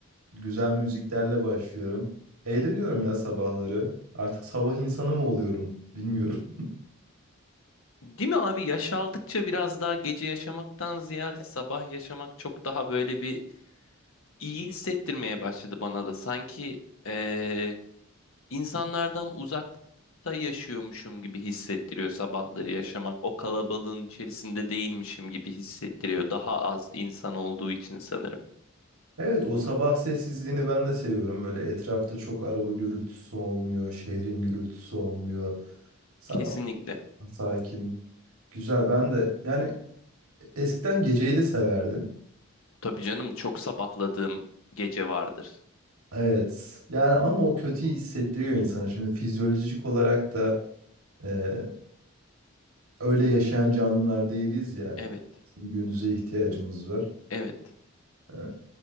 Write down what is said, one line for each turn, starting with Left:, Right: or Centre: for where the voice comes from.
Right: güzel müziklerle başlıyorum. Eğleniyorum ya sabahları. Artık sabah insanı mı oluyorum bilmiyorum.
Left: Değil mi abi? Yaş aldıkça biraz daha gece yaşamaktan ziyade sabah yaşamak çok daha böyle bir iyi hissettirmeye başladı bana da. Sanki eee, insanlardan uzakta yaşıyormuşum gibi hissettiriyor sabahları yaşamak. O kalabalığın içerisinde değilmişim gibi hissettiriyor. Daha az insan olduğu için sanırım.
Right: Evet o sabah sessizliğini ben de seviyorum. Böyle etrafta çok araba gürültüsü olmuyor, şehrin gürültüsü olmuyor. Sabah
Left: Kesinlikle.
Right: <laughs> sakin. Güzel ben de yani eskiden geceyi de severdim.
Left: Tabii canım çok sabahladığım gece vardır.
Right: Evet yani ama o kötü hissettiriyor insanı. Şimdi fizyolojik olarak da e, öyle yaşayan canlılar değiliz ya.
Left: Evet,
Right: Gündüze ihtiyacımız var.
Left: evet.
Right: E,